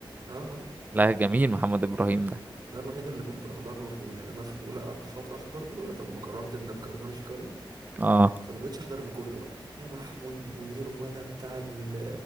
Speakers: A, on the right; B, on the right.
A: اه اه
B: لا جميل محمد ابراهيم ده
A: ده الوحيد اللي كنت بحضر له في اولى يعني انا في اولى قعدت فتره احضر له طب ما قررت ان الكار ده مش كاري
B: اه
A: فما بقتش احضر لكله بقى لا محمود منير ولا بتاع ال-